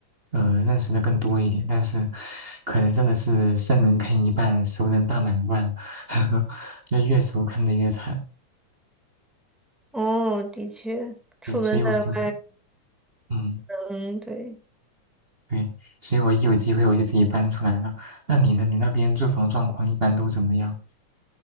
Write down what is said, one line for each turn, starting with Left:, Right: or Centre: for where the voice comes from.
Right: 呃，认识的更多一点，但是可能真的是生人坑一半，熟人大满贯，<laughs> 呵那越熟坑的越惨。
Centre: 哦，的确，出门在外，
Right: 对，所以我就，嗯，
Centre: 嗯，对，
Right: 对，所以我一有机会我就自己搬出来了。那你呢？你那边住房状况一般都怎么样？